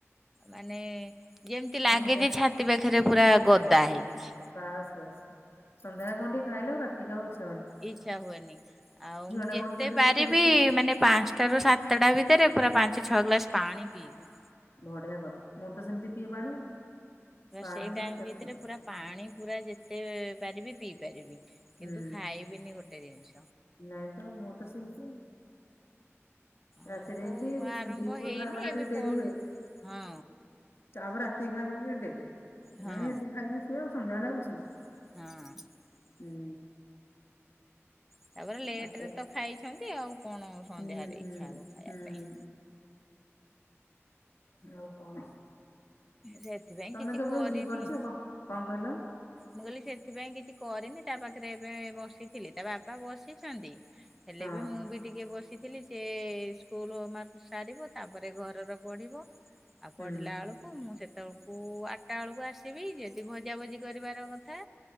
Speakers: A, in the centre; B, on the left.
A: ମାନେ ଯେମିତି ଲାଗେ
B: ସନ୍ଧ୍ୟା
A: ଯେ ଛାତି ପାଖରେ ପୁରା ଗଦା ହେଇଛି।
B: ବାସ ବାସ୍ ସନ୍ଧ୍ୟାଳେ କଣ ଟିକେ ଖାଇଲେ ଆଉ ରାକୁ ଇଛା।
A: ଇଚ୍ଛା ହୁଏନି ଆଉ ମୁଁ
B: ଟା
A: ଯେତେ
B: କଣ ଟିକେ
A: ପାରିବି
B: ବିସ୍କୁଟ ଫିସ୍କୁଟ କଣ
A: ମାନେ ପାଞ୍ଚଟା ରୁ ସାତଟା ବି <inaudible> ଭିତରେ ପୁରା ପାଞ୍ଚ ଛଅ ଗ୍ଲାସ ପାଣି ପିଇବି।
B: ବଢିଆ କର ମୁଁ ତ ସେମିତି ପିଏ ପାଣି ଆଉ। ପାଣି
A: ସେଇ
B: ସଫିସେଣ୍ଟ
A: ଟାଇମ ଭିତରେ
B: ପିଏ
A: ପୁରା ପାଣି ପୁରା ଯେତେ ପାରିବି ପିଇ ପାରିବି। କିନ୍ତୁ
B: ହୁଁ
A: ଖାଇବିନି ଗୋଟେ ଜିନିଷ।
B: ନାଇଁ ତ ମୁଁ ତ ସେଇମିତି କା। ରାତିରେ
A: ଆଉ
B: ବି
A: ଆରମ୍ଭ
B: ଦିପହର
A: ହେଇନି
B: ଖାଇବାା
A: ଏବେ
B: ଟିକେ ଡେରି
A: ପ
B: ହୁଏ।
A: ହଁ
B: ତ ପରେ ରାତି ଖାଇବା ଟିକେ ଡେରି ଏ
A: ହଁ
B: ସେତିକି ଖାଇକି ସ ଆଉ ସନ୍ଧ୍ୟା ବେଳେ କିଛି ନାହିଁ।
A: ହଁ
B: ହୁଁ
A: ତାପରେ ଲେଟରେ
B: ଆତ
A: ତ ଖାଇଛନ୍ତି ଆଉ କଣ ସଂଧ୍ୟାରେ
B: ହୁଁ ହୁଁ
A: ଇଛା ହବ ଖାଇବା
B: ହୁଁ
A: ପାଇଁ।
B: ଆଉ କଣ
A: ସେଥିପାଇଁ
B: ତମେ
A: କିଛି
B: କେବେ
A: କରିନି।
B: ଇଏ କରୁଛ କଣ କହିଲ।
A: ମୁଁ କହିଲି ସେଥିପାଇଁ କିଛି କରିନି ତା ପାଖରେ ଏବେ ବସିଥିଲି ତା ବାପା ବସିଛନ୍ତି। ହେଲେ
B: ହଁ
A: ବି ମୁଁ ବି ଟିକେ ବସିଥିଲି ସେ ସ୍କୁଲ ହୋମାୱାର୍କ ସାରିବ ତାପରେ ଘରର ପଢିବ। ଆଉ
B: ହୁଁ
A: ପଡିଲା ବେଳକୁ ମୁଁ ସେତେବେଳକୁ ଆଠଟା ବେଳକୁ ଆସିବି ଯଦି ଭଜା ଭଜି। କରିବାର କଥା